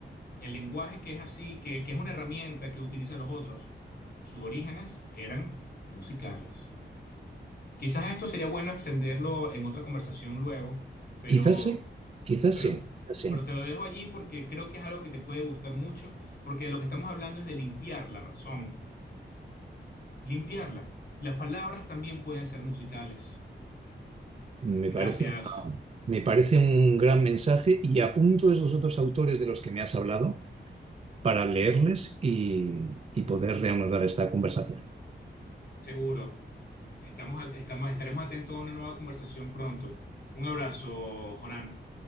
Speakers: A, on the left (about 55°); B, on the right (about 35°).
A: el lenguaje que es así, que, que es una herramienta que utilizan los otros, sus orígenes eran musicales. Quizás esto sería bueno extenderlo en otra conversación luego, pero,
B: Quizás sí, quizás
A: pero,
B: sí, quizás sí.
A: pero te lo dejo allí porque creo que es algo que te puede gustar mucho, porque de lo que estamos hablando es de limpiar la razón, limpiarla. Las palabras también pueden ser musicales.
B: Me
A: Gracias,
B: parece una- me parece un gran mensaje y apunto esos otros autores de los que me has hablado para leerles y, y poder reanudar esta conversación.
A: seguro. Estamos, al- estamos, estaremos atentos a una nueva conversación pronto. Un abrazo, Jonan.